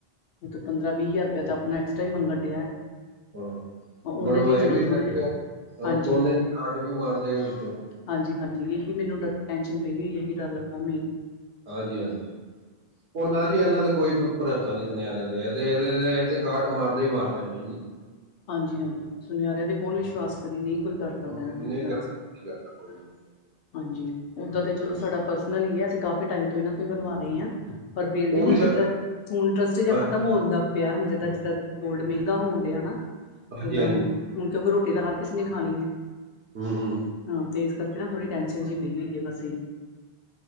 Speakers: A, on the left; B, on the right.
A: ਐ, ਪੰਦਰਾਂ- ਵੀਹ ਹਜ਼ਾਰ ਰੁਪਇਆ ਤਾਂ ਆਪਣਾ ਐਕਸਟਰਾ ਹੀ ਮੰਗਣ ਡਿਆ।
B: ਹਾਂ,
A: ਉਹਨੇ
B: ਬਣਵਾਈ
A: ਦੀ ਚਲੋ
B: ਵੀ ਲੈ
A: ਥੋੜੇ
B: ਜਾਏਗਾ,
A: ਜਿਹੇ
B: ਹਾਂ
A: ਹਾਂਜੀ
B: ਸੋਨੇ ਦੀ ਕਾਟ ਵੀ ਮਾਰਦੇਗਾ ਵਿੱਚੋਂ।
A: ਹਾਂਜੀ-ਹਾਂਜੀ, ਇਹੀ ਮੈਨੂੰ ਡਰ ਟੈਸ਼ਨ ਪਈ ਇਹੀ ਡਰ ਲੱਗਾ ਮੀ
B: ਹਾਂਜੀ-ਹਾਂਜੀ। ਹੁਨ ਜੀ ਇਹਨਾਂ ਦਾ ਕੋਈ ਭਰੋਸਾ ਨੀ ਸੁਨਿਆਰਿਆਂ ਦੇ ਤੇ ਇਹਦੇ ਤੇ ਕਾਟ ਮਾਰਦੇ ਹੀ-ਮਾਰਦੇ ਨੇ ਜੀ।
A: ਹਾਂਜੀ-ਹਾਂਜੀ, ਸੁਨਿਆਰਿਆਂ ਤੇ ਕੌਣ ਵਿਸ਼ਵਾਸ ਕਰੇ ਨਹੀਂ ਕੋਈ ਕਰ ਸਕਦਾ,
B: ਹੂੰ,
A: ਇਹਨਾਂ ਤੇ ਵਿਸ਼ਵਾਸ।
B: ਨਹੀਂ ਕਰਦਾ ਕਰਦਾ ਕੋਈ ਨਹੀਂ
A: ਹਾਂਜੀ, ਓਦਾਂ ਤੇ ਚਲੋ
B: ਕਰਦਾ।
A: ਸਾਡਾ ਪਰਸਨਲ ਹੀ ਹੈ ਅਸੀਂ ਕਾਫ਼ੀ ਟਾਈਮ ਤੋਂ ਇਹਨਾਂ ਤੋਂ ਹੀ ਬਣਵਾ ਰਹੇ ਹਾਂ। ਪਰ ਫੇਰ
B: ਉਹ
A: ਵੀ ਨਾ
B: ਸਾ-
A: ਜਦ ਹੁਣ ਟਰੱਸਟ ਜਿਹਾ
B: ਹਾਂ-
A: ਖਤਮ ਹੋਨਦਾ ਪਿਆ, ਹੁਣ ਜਿੱਦਾਂ-ਜਿੱਦਾਂ ਗੋਲਡ ਮਹਿੰਗਾ ਹੋਣ ਡਿਆ ਨਾ।
B: ਹਾਂਜੀ
A: ਉਦਾ,
B: ਹਾਂਜੀ
A: ਹੁਣ ਕਿਉਂਕਿ ਰੋਟੀ ਦਾ ਹਰ ਕਿਸੇ ਨੇ ਖਾਣੀ ਹੈ।
B: ਹੂੰ-ਹੂੰ।
A: ਹਾਂ, ਤੇ ਇਸ ਕਰਕੇ ਨਾ ਥੋੜ੍ਹੀ ਟੈਂਨਸ਼ਨ ਜਿਹੀ ਪਈ ਹੋਈ ਹੈ, ਬਸ ਇਹੀ